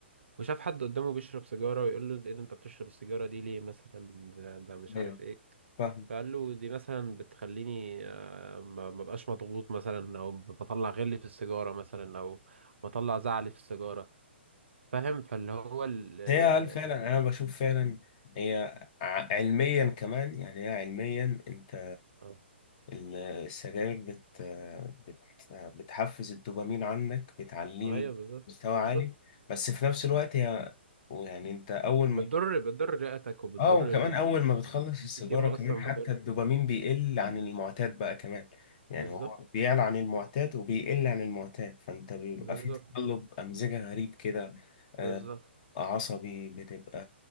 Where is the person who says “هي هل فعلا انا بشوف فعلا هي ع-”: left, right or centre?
Left